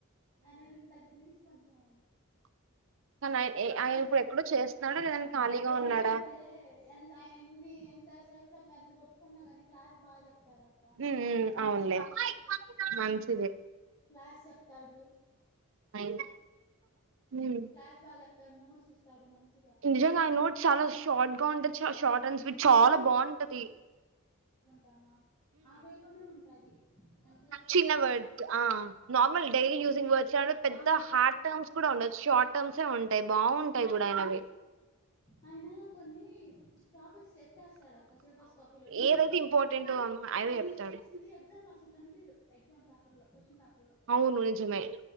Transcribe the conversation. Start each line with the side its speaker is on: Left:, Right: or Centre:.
Left: ఆయన వెళ్ళిన దగ్గర నుంచి కొంచెం
Right: కానీ ఆయ
Left: బాదే
Right: ఆయన ఇప్పుడు ఎక్కడో చేస్తున్నాడా లేదని ఖాళీగా
Left: ఎందుకంటే
Right: ఉన్నాడా
Left: ఎంత ఆయన ఎన్ని ఎంత సెల్ఫ బంత కొట్టుకున్నా గాని క్లాస్ బా జెప్ తడొక్క
Right: ఉమ్ ఉమ్
Left: నోర్స్
Right: అవునులే
Left: బా ఇస్తాడు
Right: మంచిది
Left: క్లాస్ చెప్తాడు
Right: అయినా ఉమ్
Left: క్లాస్ బా చెప్తాడు నోట్స్ ఇస్తాడు మంచి
Right: నిజంగా ఆయన నోట్ చాలా షార్ట్ గా ఉంటది షార్ట్ అండ్ స్వీట్
Left: అంటే
Right: చాలా బావుంటది.
Left: టామా ఆ వేలోనే ఉంటాది అంటే
Right: చిన్న వర్డ్ ఆ నార్మల్ డైలీ యూజింగ్ వర్డ్స్ పెద్ద
Left: ఆ
Right: హార్డ్ టర్మ్స్ కూడా ఉండవ్ షార్ట్ టర్మ్ సే ఉంటయ్ బాగుంటాయి
Left: ఆయన
Right: గూడా అయినవి.
Left: ఆయన కొన్ని టాపిక్స్ ఎత్తేస్తాడు ఒక సిలబస్ కాపీ లో యూనిట్
Right: ఏదైతే
Left: లో
Right: ఇంపార్టెంట్
Left: కానీ
Right: అవే
Left: ఆయన
Right: చెప్తాడు
Left: ఎత్తేసింది ఎగ్జామ్ లో అస్ నువ్ కనిపిదు ఎగ్జామ్ పేపర్ లో కొశ్విన్ పేప్
Right: అవును నిజమే